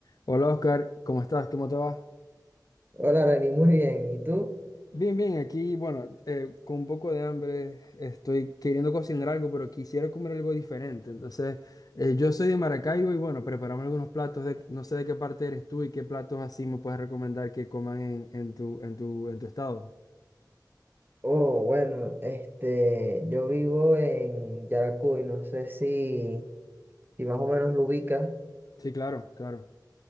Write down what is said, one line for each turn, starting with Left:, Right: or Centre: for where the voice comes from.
Left: Hola Oscar, ¿cómo estás? ¿Cómo te va?
Right: Hola, Reni, muy bien. ¿Y tú?
Left: Bien, bien, aquí, bueno, eh, con un poco de hambre, estoy queriendo cocinar algo, pero quisiera comer algo diferente. Entonces, eh, yo soy de Maracaibo y bueno, preparamos algunos platos de, no sé de qué parte eres tú y qué platos así me puedes recomendar que coman en, en tu, en tu, en tu estado.
Right: Oh, bueno, este, yo vivo en Yaracuy, no sé si, si más o menos lo ubicas.
Left: Sí, claro, claro.